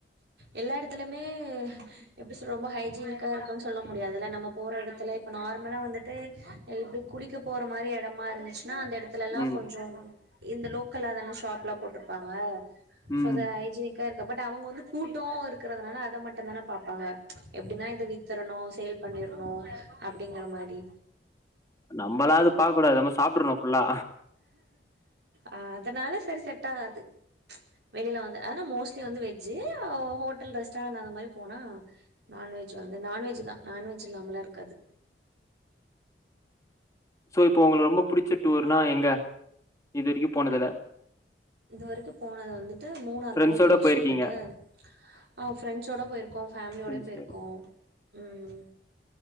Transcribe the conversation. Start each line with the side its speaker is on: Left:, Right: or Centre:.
Right: எல்லா எடத்துலுமே எப்டி சொல் ரொம்ப ஹைஜீனிக்கா இருக்குன் சொல்ல முடியாதுல்ல நம்ம போற எடத்துல இப்ப நார்மலா வந்துட்டு இப்டி குளிக்க போற மாரி எடமா இருந்துச் சுனா அந்த எடத்துலல்லா
Left: ம்
Right: கொஞ்சோ ம் இந்த லோக்கலா தான ஷாப் ல்லா போட்டுருப்பாங்க
Left: ம்
Right: சோ த ஹைஜீனிக் க இருக்க பட் அவுங்க வந்து கூட்டோ இருக்கிறதுனால அத மட்டுந் தானே பாப்பாங்க ச்ச் எப்டினா இத வித்துரணு சேல் பண்ணிர்ணு அப்டிங்கற மாரி
Left: நம்பளாது பாக் கூடாது நம்ம சாப்ட்றணு ஃபுல்லா
Right: அ அதனால செரி செட் ஆகாது ச்ச் வெளில வந்து ஆனா மோஸ்ட்லி வந்து வெஜ்ஜு ஹோட்டல் ரெஸ்டாரண் அந்த மாரி போனா நான்வெஜ் வந்து நான்வெஜ்ஜு தா நான்வெஜ் இல்லாமலா இருக்காது
Left: சோ இப்போ உங்குளு ரொம்ப புடிச்ச டூர்னா எங்க இது வெரிக்கு போனதுல
Right: இது வரிக்கு போனது வந்துட்டு மூனார்
Left: ஃப்ரெண்ட்ஸோட
Right: போட் ஹவுஸ்
Left: போயிருக்கீங்க
Right: வந்துட்டு அ ஃப்ரெண்ட்ஸோட போயிருக்கோ ஃபேமிலியோடயு
Left: ஃப்ரெண்ட்ஸோட
Right: போயிருக்கோ ம்